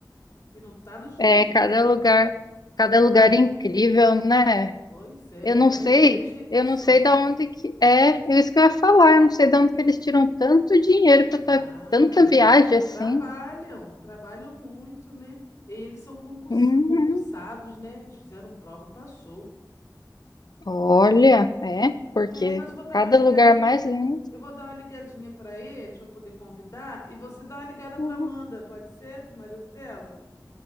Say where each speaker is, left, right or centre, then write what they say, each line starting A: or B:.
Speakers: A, on the left; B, on the left.
A: que não tá no gibi.
B: é cada lugar, cada lugar incrível, né?
A: Pois é,
B: Eu não
A: é,
B: sei,
A: mas eles têm condições,
B: eu não sei da
A: né?
B: onde que é, é isso que eu ia falar, eu não sei de onde que eles tiram tanto dinheiro para
A: Ah,
B: tanta viagem assim.
A: trabalham, trabalham muito, né? E eles são concurs-
B: Uhum.
A: concursados, né? Eles fizeram prova e passou.
B: Olha, é, porque
A: É, mas vou dar
B: cada
A: uma ligadinha.
B: lugar mais lindo
A: Eu vou dar uma ligadinha pra eles pra poder convidar e você dá uma ligada
B: uhum,
A: pra Amanda, pode ser? Pro marido dela?